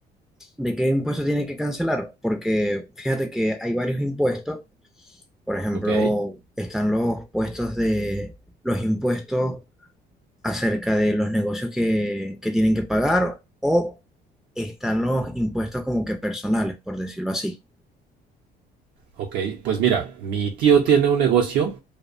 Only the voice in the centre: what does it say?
de qué impuesto tiene que cancelar? Porque fíjate que hay varios impuestos. Por ejemplo,
están los puestos de los impuestos acerca de los negocios que, que tienen que pagar o están los impuestos como que personales, por decirlo así.